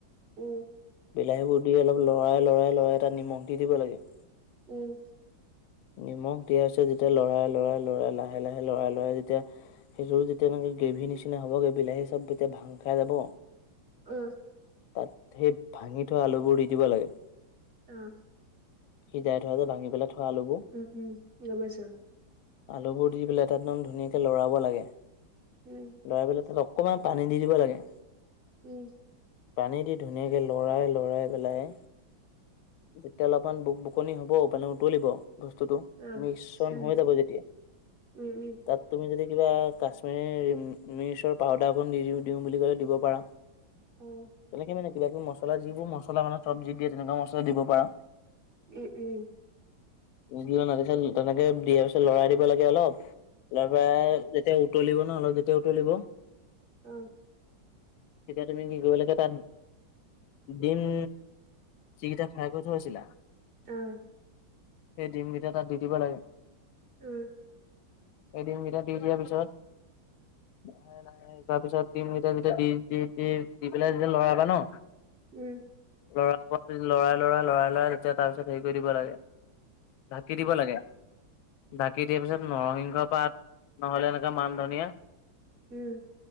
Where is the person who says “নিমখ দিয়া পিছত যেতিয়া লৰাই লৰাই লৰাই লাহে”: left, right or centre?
Left